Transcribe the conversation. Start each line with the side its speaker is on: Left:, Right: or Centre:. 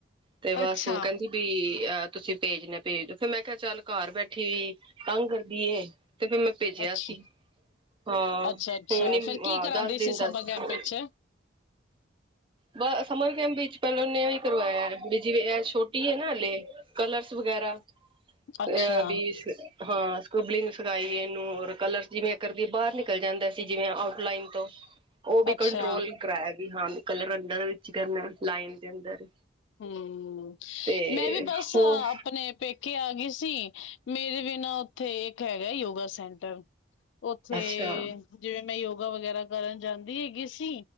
Right: ਤੇ ਬਸ
Left: ਅੱਛਾ
Right: ਉਹ ਕਹਿੰਦੀ ਵੀ ਅ ਤੁਸੀਂ ਭੇਜਣਾ ਭੇਜ ਦਿਓ ਫਿਰ ਮੈਂ ਕਿਹਾ ਚੱਲ ਘਰ ਬੈਠੀ। ਤੰਗ ਕਰਦੀ ਹੈ? ਤੇ ਫਿਰ ਮੈਂ ਭੇਜਿਆ
Left: ਅੱਛਾ
Right: ਸੀ ਹਾਂ
Left: ਅੱਛਾ ਅੱਛਾ
Right: ਹੁਣੀ
Left: ਫੇਰ
Right: ਹਾਂ
Left: ਕੀ ਕਰਾਂਦੇ
Right: ਦਸ ਦਿਨ
Left: ਸੀ ਸਮਰ
Right: ਦਾ ਸੀ।
Left: ਕੈਂਪ ਵਿੱਚ
Right: ਬ ਸਮਰ ਕੈਂਪ ਵਿੱਚ ਪਹਿਲਾਂ ਉਹਨੇ ਕਰਵਾਇਆ ਵੀ ਜਿਵੇਂ ਇਹ ਛੋਟੀ ਹੈ ਨਾ ਹਲੇ ਕਲਰਸ ਵਗੈਰਾ
Left: ਅੱਛਾ
Right: ਅ ਵੀ ਹਾਂ। ਕਬਲਿੰਗ ਸਿਖਾਈ ਇਹਨੂੰ ਰ ਕਲਰ ਜਿਵੇਂ ਕਰਦੀ ਬਾਹਰ ਨਿਕਲ ਜਾਂਦਾ ਸੀ ਜਿਵੇਂ ਆਊਟ ਲਨ ਤੋਂ? ਉਹ ਵੀ
Left: ਅੱਛਾ
Right: ਕੰਟਰੋਲ ਕਰਾਇਆ ਗਿਆ। ਜੀ ਹਾਂਜੀ। ਕਲਰ ਅੰਡਰ ਦੇ ਵਿੱਚ ਕਰਨਾ ਲਾਈਨ ਦੇ ਅੰਦਰ?
Left: ਹੂੰ
Right: ਤੇ
Left: ਮੈਂ ਵੀ ਬਸ
Right: ਹੋਰ
Left: ਆਪਣੇ ਪੇਕੇ? ਪੇਕੇ ਆ ਗਈ ਸੀ ਮੇਰੇ ਬਿਨਾਂ ਉੱਥੇ ਇੱਕ ਹੈਗਾ ਯੋਗਾ ਸੈਂਟਰ? ਉੱਥੇ
Right: ਅੱਛਾ
Left: ਜਿਵੇਂ ਮੈਂ। ਯੋਗਾ ਵਗੈਰਾ ਕਰਨ ਜਾਂਦੀ ਹੈਗੀ ਸੀ।